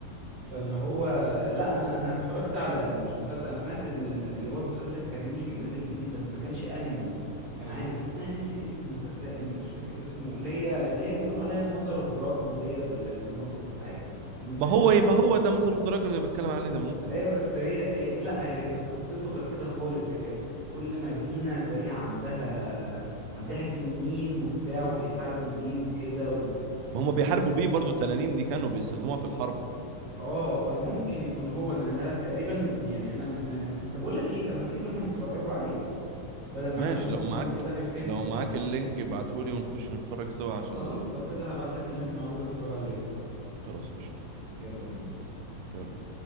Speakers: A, on the right (about 45°); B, on the right (about 80°).
A: فاللي هو لا انا انا اتفرجت على مش مسلسل انا سمعت ال- اللي هو المسلسل التاني اللي كان نازل جديد بس ما كانش انمي كان عادي بس انا ناسي اسمه صدقني مش فاكر اسمه اللي هي اللي هي بيقولوا عليها ماذر اوف دراجون ديت ولا اسمها ماذر اوف حاجه ام التاني
B: ما هو يبقى هو ده ماذر اوف دراجون اللي بتكلم عليه ده ممكن
A: ايوه بس هي هي لا هي كانت قصته غير كده خالص هي كانت كل مدينه زي عندها عندها تنين وبتاع وبيحاربوا بيه وكده و...
B: ما هم بيحاربوا بيه برضو التنانين دي كانوا بيستخدموها في الحرب
A: اه اه ممكن يكون هو لأن انا تقريبا يعني انا انا نسيه طب اقول لك ايه طب ما تيجي نروح نتفرجوا عليه بدل ما
B: ماشي
A: احنا مش فاكرينه
B: لو معاك
A: كده نفتكره
B: لو معاك اللينك ابعتهولي ونخش نتفرج سوا عشان
A: خلاص لو كده هبعت لك اللينك نقعد نتفرجوا عليه
B: خلاص قشطة
A: يلا بينا
B: يلا